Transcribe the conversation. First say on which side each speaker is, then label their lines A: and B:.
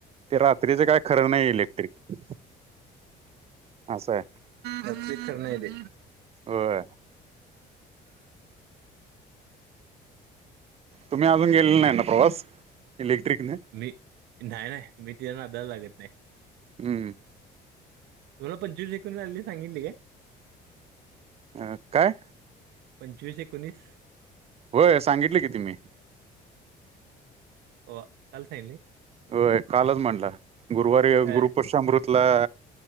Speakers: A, on the right; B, on the right.
A: ते रात्रीच काय खर नाही इलेक्ट्रिक. असं आहे
B: रात्री खर नाही ते.
A: होय तुम्ही अजून गेलेला नाही ना प्रवास इलेक्ट्रिकने.
B: मी नाही नाही मी तीच्या नादाला लागत नाही.
A: हम्म
B: तुला पंचवीस एकून झालेली सांगितली काय?
A: अ काय?
B: पंचवीस एकोणीस.
A: होय सांगितल की तुम्ही.
B: वा, काल सांगितली
A: होय कालच म्हणला गुरुवारी
B: हा,
A: गुरुपुष्यमृतला